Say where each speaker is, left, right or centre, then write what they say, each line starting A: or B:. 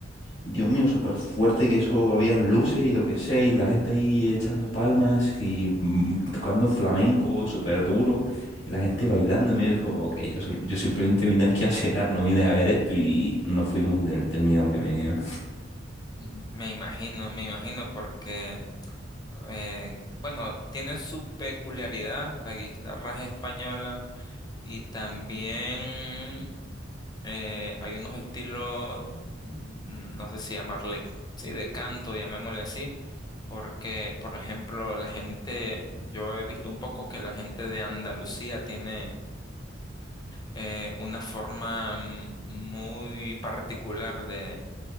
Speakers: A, on the left; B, on the left.
A: Dios mío, súper fuerte que eso, habían luces y lo que sea, y la gente ahí echando palmas y mm, tocando flamenco súper duro, y la gente bailando, y me dijo, ok, yo, soy, yo simplemente vine aquí a cenar, no vine a ver esto, y nos fuimos del, del miedo que me dio.
B: Ujú. Me imagino, me imagino porque, eh, bueno, tienen su peculiaridad las guitarras españolas y también eh, hay unos estilos, mm, no sé si llamarle, sí, de canto, llamémosle así Porque, por ejemplo, la gente, yo he visto un poco que la gente de Andalucía tiene eh, una forma mm, muy particular de,